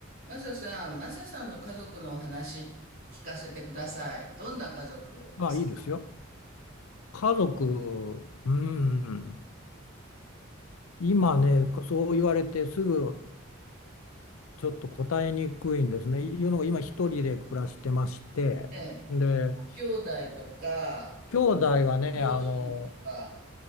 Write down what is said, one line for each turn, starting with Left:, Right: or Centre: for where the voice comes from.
Right: マサさん、マサさんの家族のお話聞かせてください。どんな家族ですか
Left: まあ、いいですよ。家族、うん。今ね、そう言われてすぐちょっと答えにくいんですね。いうのが今一人で暮らしてまして。
Right: ね
Left: で、
Right: 兄弟とか、
Left: 兄弟はね、
Right: ご両親とか。
Left: あの、